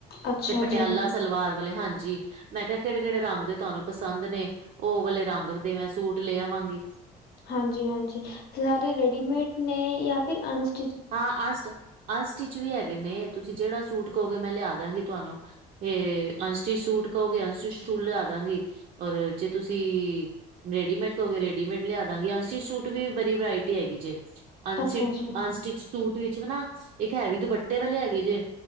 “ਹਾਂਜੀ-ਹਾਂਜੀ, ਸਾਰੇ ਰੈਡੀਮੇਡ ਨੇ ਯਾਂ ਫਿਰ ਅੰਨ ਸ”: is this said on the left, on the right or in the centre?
Left